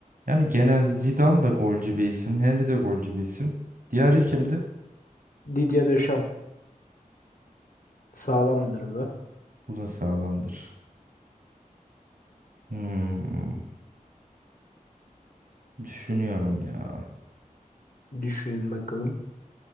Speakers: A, on the right; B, on the left.
A: Yani genel Zidane da golcü bir isim. Henry de golcü bir isim. Diğeri kimdi?
B: Didier Deschamps sağlamdır bu da.
A: Bu da sağlamdır. Hmm, düşünüyorum ya.
B: Düşün bakalım.